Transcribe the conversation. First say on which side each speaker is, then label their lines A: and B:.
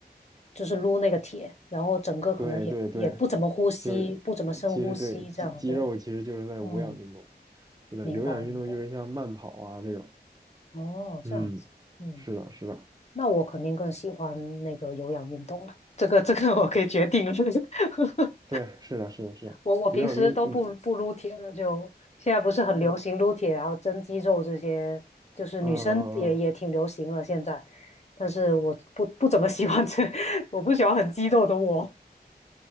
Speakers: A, on the left (about 40°); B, on the right (about 25°).
A: 就是撸那个铁，然后整个可能也也不怎么呼吸，
B: 对对对。就是其实对肌肌肉其实就是在无氧运动，
A: 不怎么深呼吸，这样对。嗯。
B: 是的，
A: 明白明白。
B: 有氧运动就是像慢跑啊这种，
A: 哦，
B: 嗯，
A: 这样子，嗯，
B: 是的，是的，
A: 那我肯定更喜欢那个有氧运动了。这个这个我可以决定了。<laughs>
B: 对，是的，是的，是的，
A: 我我平时都不不撸铁的，
B: 有氧运，嗯
A: 就现在不是很流行撸铁，然后增肌肉这些，就是女生也也挺流行了现在。
B: 嗯嗯嗯嗯，
A: 但是我不不怎么喜欢这，<laughs> 我不喜欢很肌肉的我。